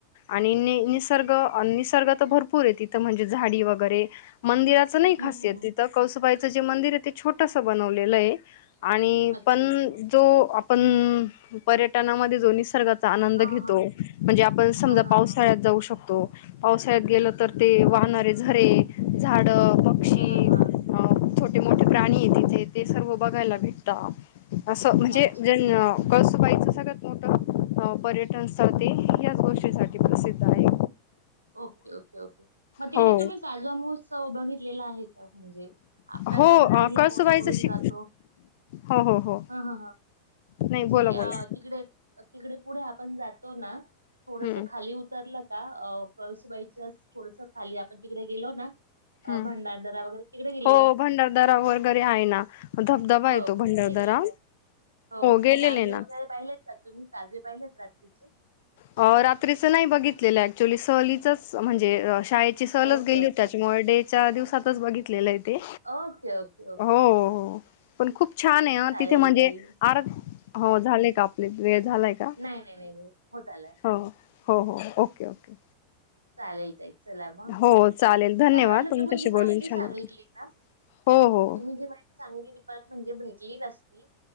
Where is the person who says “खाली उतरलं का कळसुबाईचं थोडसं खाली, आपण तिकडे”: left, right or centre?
Right